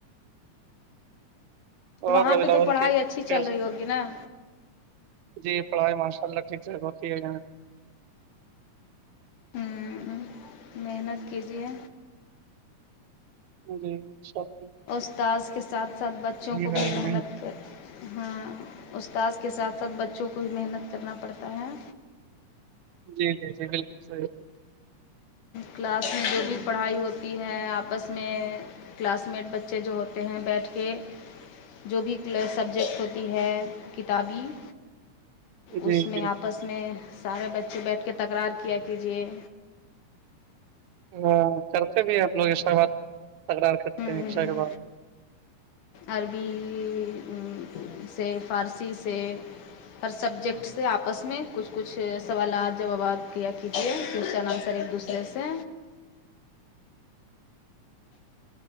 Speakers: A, on the left; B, on the right.
A: تو
B: اور
A: وہاں
B: ربی
A: پہ
B: الاول
A: تو پڑھائی
B: کے
A: اچھی
B: ٹیسٹ
A: چل رہی ہوگی نا
B: جی پڑھائی ماشاء اللہ ٹھیک ہوتی ہے یہاں
A: ہوں محنت کیجیے
B: جی سب <unintelligible>
A: استاذ کے ساتھ ساتھ بچوں کو
B: رہے
A: بھی
B: ہیں
A: محنت کریں ہاں استاذ کے ساتھ ساتھ بچوں کو بھی محنت کرنا پڑتا ہے
B: جی جی جی بالکل سر
A: کلاس میں جو بھی پڑھائی ہوتی ہے آپس میں کلاس میٹ بچے جو ہوتے ہیں بیٹھ کے- جو بھی سبجیکٹ ہوتی ہے کتابی-
B: جی
A: اس میں
B: جی
A: آپس میں سارے بچے بیٹھ کے تکرار کیا کیجیے-
B: ہاں کرتے بھی ہم لوگ اسا بات تکرار کرتے
A: ہوں
B: ہیں انشا کے بات-
A: عربی سے فارسی سے- ہر سبجیکٹ سے آپس میں کچھ کچھ سوالات جوابات کیا کیجیے ٹینسر ایک دوسرے- جیسے